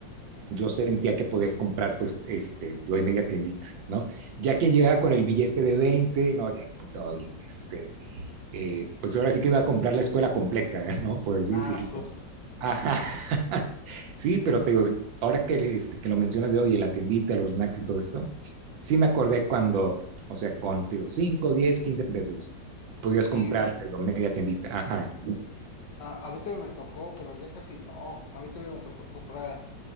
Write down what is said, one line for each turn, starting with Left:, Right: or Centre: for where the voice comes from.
Right: yo sentía que podía comprar, pues, este, doy media tiendita, ¿no? Ya quien llegaba con el billete de 20, no, ya, porque, oye, este, eh, pues ahora sí que iba a comprar la escuela completa, <laughs> ¿eh? ¿no? Por así
Left: Ah,
Right: decirlo.
Left: su.
Right: Ajá. <laughs> Sí, pero
Left: Sí.
Right: te digo, ahora que, le- este, que lo mencionas de hoy, la tiendita, los snacks y todo esto, sí me acordé cuando, o sea, con, te digo, 5 10 15 pesos, podías
Left: Y
Right: comprar, te digo, media tiendita. Ajá,
Left: a, a mí todavía me tocó, pero ya casi no. A mí todavía me tocó comprar